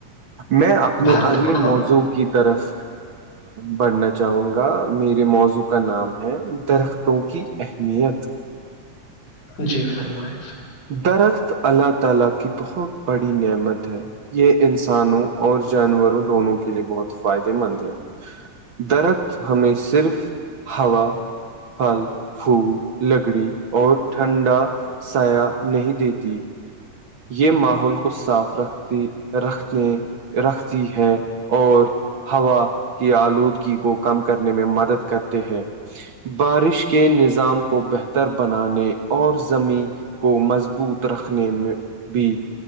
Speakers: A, on the right (about 50°); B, on the left (about 65°).
A: میں اپنے
B: بھارت
A: اگلے
B: ماں
A: موضوع کی طرف بڑھنا چاہوں گا میرے موضوع کا نام ہے درختوں کی اہمیت
B: جی فرمائش
A: درخت اللہ تعالی کی بہت بڑی نعمت ہے یہ انسانوں اور جانوروں دونوں کے لیے بہت فائدے مند ہے درخت ہمیں صرف ہوا پھل پھول لکڑی اور ٹھنڈا سایا نہیں دیتی یہ ماحول کو صاف رکھتے رکھنے رکھتی ہے اور ہوا کی آلودگی کو کم کرنے میں مدد کرتے ہیں بارش کے نظام کو بہتر بنانے اور زمیں کو مضبوط رکھنے میں بھی